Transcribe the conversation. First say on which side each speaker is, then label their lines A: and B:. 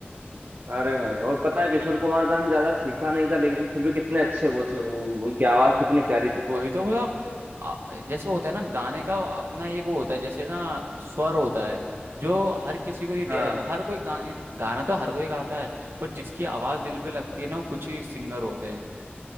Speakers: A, on the right (about 50°); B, on the right (about 70°).
A: अरे भाई और पता है किशोर कुमार दा ने ज्यादा सीखा नहीं था लेकिन फिर भी कितने अच्छे वो थे वो उनकी आवाज कितनी प्यारी थी
B: वही तो मतलब आ- जैसे होता है ना गाने का अपना एक वो होता है जैसे ना स्वर होता है जो हर किसी को नहीं दिया
A: हाँ
B: जाता हर कोई गा, गाना तो हर कोई गाता है बट जिसकी आवाज दिल पे लगती है ना वो कुछ ही सिंगर होते हैं